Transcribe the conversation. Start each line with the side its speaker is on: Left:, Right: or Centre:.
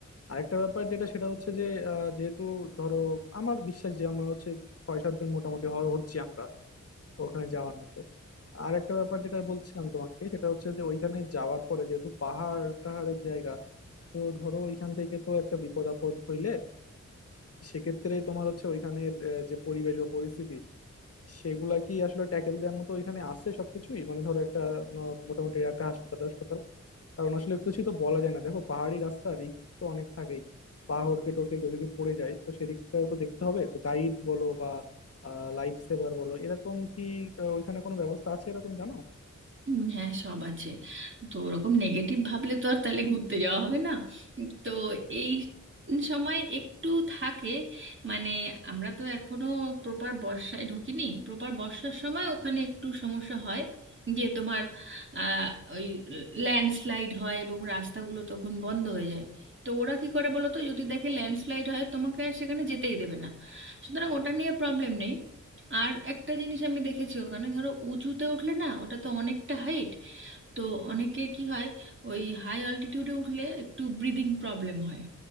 Left: আরেকটা ব্যাপার যেটা সেটা হচ্ছে যে আহ, যেহেতু ধরো আমার বিশ্বাস যে আমরা হচ্ছে ছয় সাতজন মোটামুটি হ- হচ্ছি আমরা ওখানে যাওয়ার মতো আর একটা ব্যাপার যেটা বলছিলাম তোমাকে সেটা হচ্ছে যে ওইখানে যাওয়ার পরে যেহেতু পাহাড় টাহাড়ের জায়গা তো ধরো ওইখান থেকে তো একটা বিপদ আপদ হইলে সেক্ষেত্রে তোমার হচ্ছে ওইখানের আহ, যে পরিবেশ বা পরিস্থিতি সেগুলা কি আসলে ট্যাকেল দেওয়ার মতো ওইখানে আছে সবকিছুই মানে ধরো একটা ন- মোটামুটি একটা হাসপাতাল হাসপাতাল কারণ আসলে কিছু তো বলা যায় না দেখো পাহাড়ি রাস্তা রিস্ক তো অনেক থাকেই পাহাড়কে টোড়কে কেউ যদি পড়ে যায় তো সেদিকটাও তো দেখতে হবে তো গাইড বলো বা লাইফ সেভার বলো এরকম কি আহ, ওইখানে কোনো ব্যবস্থা আছে এরকম জানো
Right: উম, হ্যাঁ সব আছে তো ওরকম নেগেটিভ ভাবলে তো আর তাহলে ঘুরতে যাওয়া হবে না উম, তো এই সময় একটু থাকে মানে আমরা তো এখনো প্রপার বর্ষায় ঢুকিনি প্রপার বর্ষার সময় ওখানে একটু সমস্যা হয় যে তোমার আহ, ওই ল্যান্ডস্লাইড হয় এবং রাস্তাগুলো তখন বন্ধ হয়ে যায় তো ওরা কি করে বলো তো যদি দেখে ল্যান্ডস্লাইড হয় তোমাকে আর সেখানে যেতেই দেবে না সুতরাং ওটা নিয়ে প্রবলেম নেই আর একটা জিনিস আমি দেখেছি ওখানে ধরো উঁচুতে উঠলে না ওটা তো অনেকটা হাইট তো অনেকের কি হয় ওই হাই অল্টিটিউডে উঠলে একটু ব্রিদিং প্রবলেম হয়